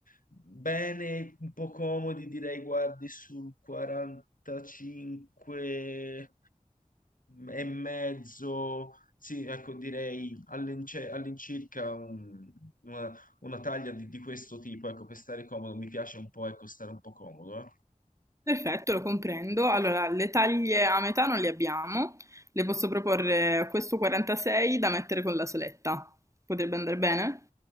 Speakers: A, on the left; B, on the right.
A: bene, un po' comodi, direi guardi sul 45 e mezzo, sì, ecco, direi all'ince- all'incirca un- una, una taglia di, di questo tipo, ecco, per stare comodo, mi piace un po', ecco, stare un po' comodo, eh.
B: Perfetto, lo comprendo. Allora, le taglie a metà non le abbiamo. Le posso proporre questo 46 da mettere con la soletta. Potrebbe andare bene?